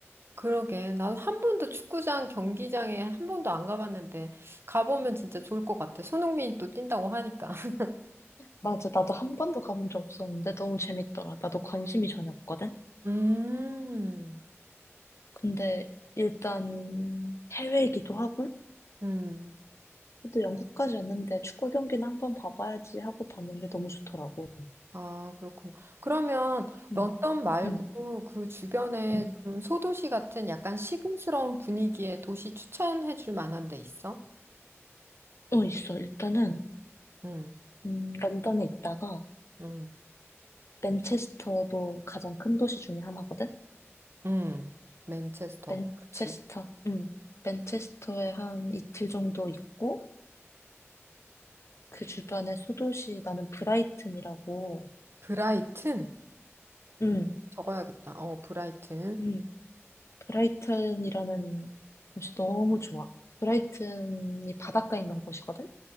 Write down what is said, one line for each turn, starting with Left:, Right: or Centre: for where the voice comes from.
Right: 그러게. 난 한 번도 축구장, 경기장에 한 번도 안 가봤는데, 가보면 진짜 좋을 것 같아. 손흥민이 또 뛴다고 하니까. <laughs>
Left: 맞아. 나도 한 번도 가본 적 없었는데 너무 재밌더라. 나도 관심이 전혀 없거든.
Right: 음,
Left: 근데 일단 해외이기도 하고
Right: 음.
Left: 또 영국까지 왔는데 축구 경기는 한번 봐봐야지 하고 봤는데 너무 좋더라고.
Right: 아, 그렇구나. 그러면
Left: 응,
Right: 런던 말고
Left: 응,
Right: 그 주변에
Left: 응.
Right: 좀 소도시 같은 약간 시골스러운 분위기의 도시 추천해 줄 만한 데 있어?
Left: 어, 있어. 일단은
Right: 음,
Left: 음, 런던에 있다가
Right: 음,
Left: 맨체스터도 가장 큰 도시 중에 하나거든.
Right: 음. 맨체스터.
Left: 맨체스터.
Right: 그렇지.
Left: 응. 맨체스터에 한 이틀 정도 있고, 그 주변에 소도시, 나는 브라이튼이라고,
Right: 브라이튼.
Left: 응.
Right: 적어야겠다. 어, 브라이튼.
Left: 음, 브라이튼이라는 곳이 너무 좋아. 브라이튼이 바닷가에 있는 곳이거든?